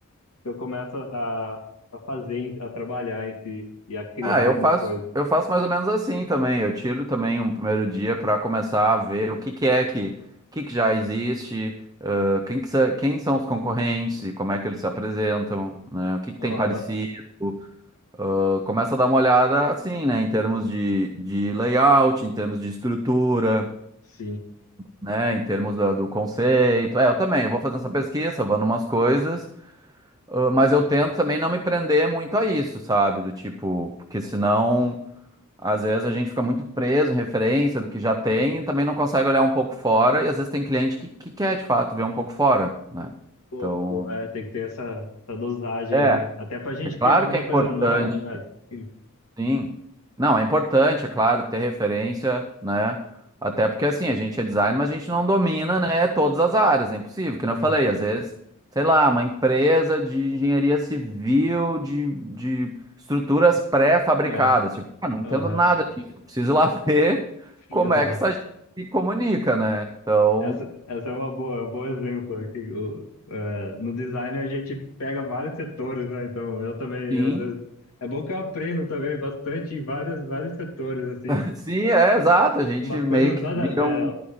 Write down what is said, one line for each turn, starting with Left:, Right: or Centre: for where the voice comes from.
Left: que eu começo a, a fazer, a trabalhar em si e a criar
Right: Ah,
Left: alguma
Right: eu faço,
Left: coisa.
Right: eu faço mais ou menos assim também. Eu tiro também um primeiro dia para começar a ver o que que é que, que que já existe, ãh, quem que sa- quem são os concorrentes e como é que eles se apresentam, né? O que que tem
Left: Aham,
Right: parecido. Ãh, Começa a dar uma olhada assim, né? Em termos de, de layout, em termos de estrutura,
Left: sim.
Right: né? Em termos do, do conceito. É, eu também, eu vou fazendo essa pesquisa, eu vou numas coisas, ãh, mas eu tento também não me prender muito a isso, sabe? Do tipo, porque senão. Às vezes a gente fica muito preso em referência do que já tem e também não consegue olhar um pouco fora, e às vezes tem cliente que, que quer de fato ver um pouco fora, né?
Left: Pô,
Right: Então,
Left: pô, é, tem que ter essa, essa dosagem,
Right: é,
Left: aí, né? Até pra gente
Right: é
Left: criar
Right: claro
Left: alguma
Right: que é importante.
Left: coisa nova, né? Sim,
Right: Sim. Não, é importante, é claro, ter referência, né? Até porque assim, a gente é designer, mas a gente não domina, né, todas as áreas, é impossível, que nem eu
Left: sim.
Right: falei, às vezes, sei lá, uma empresa de engenharia civil, de, de estruturas pré-fabricadas,
Left: É,
Right: tipo, ah, não entendo
Left: aham,
Right: nada disso, eu preciso ir lá <laughs> ver
Left: sim,
Right: como
Left: <laughs> exato.
Right: é que essa gente se comunica, né? Então,
Left: Essa, essa é uma boa, é um bom exemplo. Aqui o- é, no design a gente pega vários setores, né? Então eu também,
Right: sim,
Left: às vezes. É bom que eu aprendo também bastante em vários, vários setores, assim,
Right: <laughs> sim, é exato, a gente
Left: umas
Right: meio
Left: coisas
Right: que
Left: nada
Right: vira
Left: a ver.
Right: um,